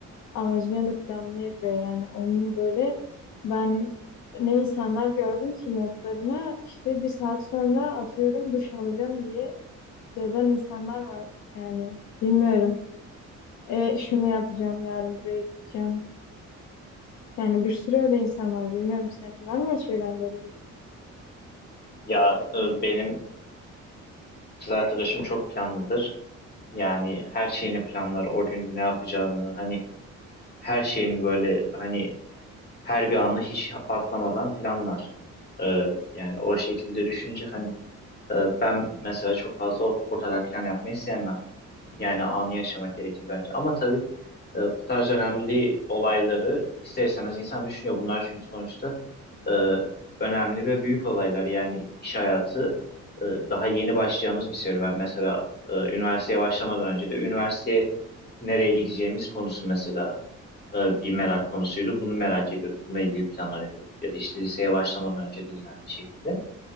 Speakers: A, on the left; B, on the left.
A: amacını da planını yapıyor. Yani onu böyle ben ne insanlar gördüm ki notlarına işte bir saat sonra atıyorum duş alacağım diye yazan insanlar var. Yani bilmiyorum. E, şunu yapacağım yarın buraya gideceğim. Yani bir sürü öyle insan var. Bilmiyorum senin var mı çevrende öyle biri?
B: ya e, benim Kız arkadaşım çok planlıdır. Yani her şeyini planlar. O gün ne yapacağını hani her şeyini böyle hani her bir anı hiç atlamadan planlar. Ee, yani o şekilde düşünce hani e, ben mesela çok fazla o- ortada plan yapmayı sevmem. Yani anı yaşamak gerekir bence. Ama tabii e, bu tarz önemli olayları ister istemez insan düşünüyor. Bunlar çünkü sonuçta e, önemli ve büyük olaylar. Yani iş hayatı e, daha yeni başlayacağımız bir serüven. Mesela e, üniversiteye başlamadan önce de üniversiteye nereye gideceğimiz konusu mesela e, bir merak konusuydu. Bunu merak ediyorduk. Bununla ilgili planlar yapıyorduk. Ya da işte liseye başlamadan önce de yine aynı şekilde.